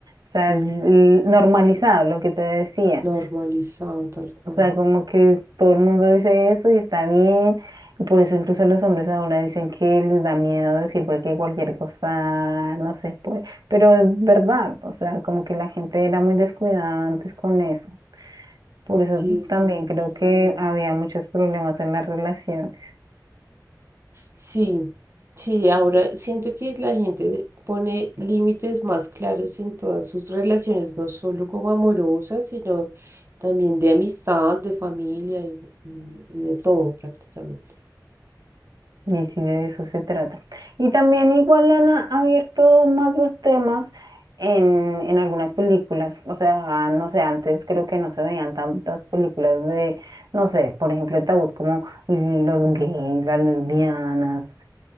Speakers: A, on the right (about 65°); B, on the right (about 40°).
A: O sea,
B: Ujú.
A: l- normalizado, lo que te decía.
B: Normalizado tal cual.
A: O sea, como que todo el mundo dice eso y está bien. Y por eso incluso los hombres ahora dicen que les da miedo decir porque cualquier cosa, no sé, pues. Pero es verdad, o sea, como que la gente era muy descuidada antes con eso. Por eso
B: Sí, definitivamente.
A: también creo que había muchos problemas en la relación.
B: Sí, sí, ahora siento que la gente pone límites más claros en todas sus relaciones, no solo como amorosas, sino también de amistad, de familia y, y- y de todo prácticamente.
A: Y sí, de eso se trata. Y también igual han a- abierto más los temas en, en algunas películas. O sea, no sé, antes creo que no se veían tantas películas de, no sé, por ejemplo, el tabú como los gays, las lesbianas,